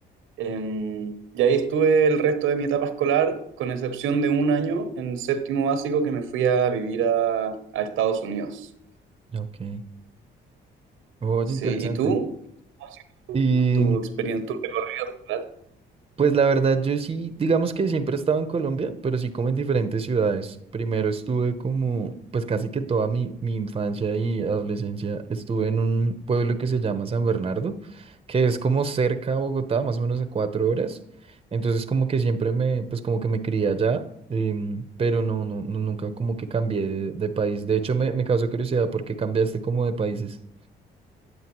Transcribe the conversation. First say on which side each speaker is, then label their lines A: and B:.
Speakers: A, on the right; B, on the right.
A: Em, y ahí estuve el resto de mi etapa escolar, con excepción de un año en séptimo básico que me fui a vivir a, a Estados Unidos.
B: Ok. Oye,
A: Sí,
B: interesante.
A: ¿y tú? ¿Tu,
B: ¿Y,
A: tu experiencia, tu recorrido escolar?
B: Pues la verdad, yo sí, digamos que siempre he estado en Colombia, pero sí como en diferentes ciudades. Primero estuve como, pues casi que toda mi, mi infancia y adolescencia estuve en un pueblo que se llama San Bernardo, que es como cerca a Bogotá, más o menos a cuatro horas. Entonces como que siempre me, pues como que me crié allá, em, pero no, no, no, nunca como que cambié de, de país. De hecho, me, me causó curiosidad porque cambiaste como de países.